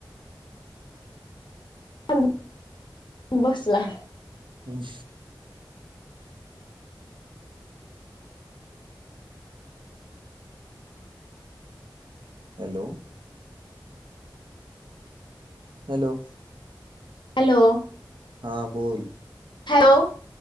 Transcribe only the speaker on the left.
<unintelligible> बसला.
हॅलो.
हॅलो.